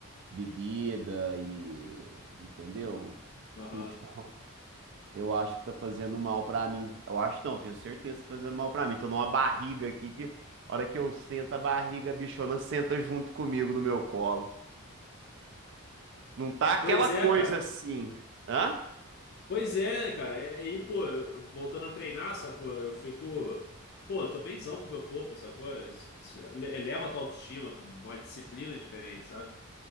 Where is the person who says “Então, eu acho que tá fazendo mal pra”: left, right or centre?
Right